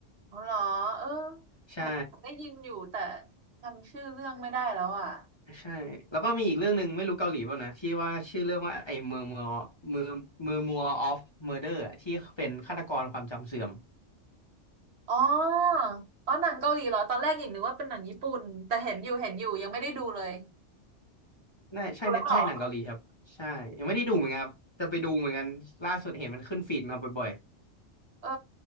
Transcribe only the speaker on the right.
อ๋อเหรอเออ
เหมือนได้ยินอยู่แต่จำชื่อเรื่องไม่ได้แล้วอ่ะ
อ๋ออ๋อหนังเกาหลีเหรอตอนแรกหญิงนึกว่าเป็นหนังญี่ปุ่นแต่เห็นอยู่เห็นอยู่ยังไม่ได้ดูเลย
แล้วเหรอเออ